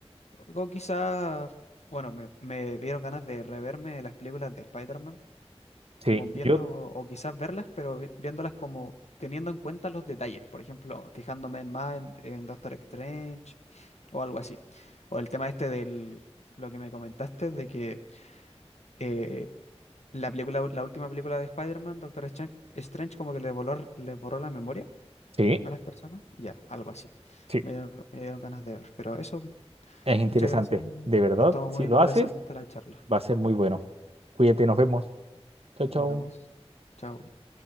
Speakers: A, on the left; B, on the right.
A: O quizás, bueno, me, me dieron ganas de reverme las películas de Spider-Man
B: Sí,
A: como viendo,
B: yo,
A: o quizás verlas, pero vi- viéndolas como teniendo en cuenta los detalles, por ejemplo, fijándome en más en, en Doctor Strange o algo así. O el tema este del, lo que me comentaste, de que eh, la película, la última película de Spider-Man, Doctor Strange, Strange como que les borró, les borró la memoria
B: sí,
A: a las personas, ya, algo así.
B: sí,
A: Me, dio- me dieron ganas de ver, pero eso,
B: es interesante.
A: muchas gracias.
B: De verdad,
A: Estuvo
B: si
A: muy
B: lo
A: interesante
B: haces,
A: la charla.
B: va a ser muy bueno. Cuídate, nos vemos. Chao,
A: Nos
B: chao.
A: vemos. Chao.